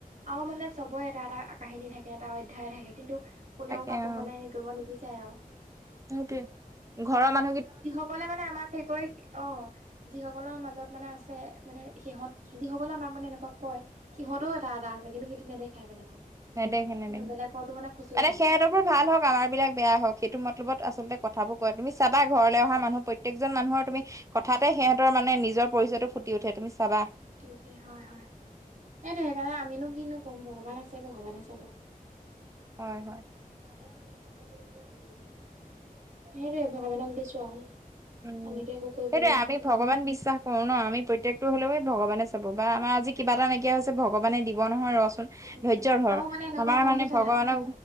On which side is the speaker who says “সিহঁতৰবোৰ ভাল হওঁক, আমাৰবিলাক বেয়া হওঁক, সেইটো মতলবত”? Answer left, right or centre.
Right